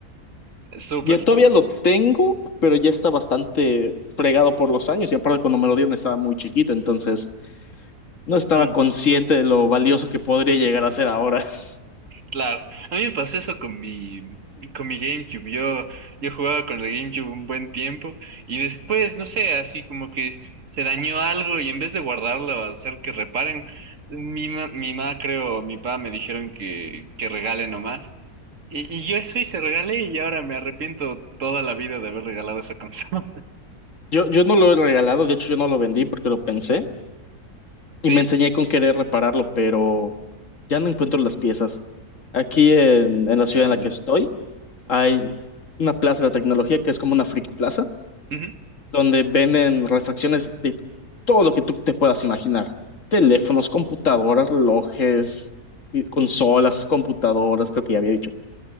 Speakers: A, on the right; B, on the left.
A: Es súper
B: Yo todavía
A: lindo.
B: lo tengo, pero ya está bastante fregado por los años y aparte cuando me lo dieron estaba muy chiquito, entonces no estaba
A: Mm.
B: consciente de lo valioso que podría llegar a ser ahora. <laughs>
A: Claro, a mí me pasó eso con mi, con mi GameCube. Yo, yo jugaba con el GameCube un buen tiempo y después, no sé, así como que se dañó algo y en vez de guardarlo, hacer que reparen, mi, ma- mi mamá, creo, mi papá me dijeron que, que regale nomás. Y, y yo eso hice, regalé y ahora me arrepiento toda la vida de haber regalado esa consola.
B: Yo, yo no lo he regalado, de hecho yo no lo vendí porque lo pensé
A: <laughs>
B: y me enseñé
A: ¿Sí?
B: con querer repararlo, pero ya no encuentro las piezas. Aquí en, en la ciudad
A: Eso
B: en
A: mismo.
B: la que estoy hay una plaza de la tecnología que es como una freak plaza
A: Ujú.
B: donde venden refacciones de todo lo que tú te puedas imaginar. Teléfonos, computadoras, relojes, y consolas, computadoras, creo que ya había dicho.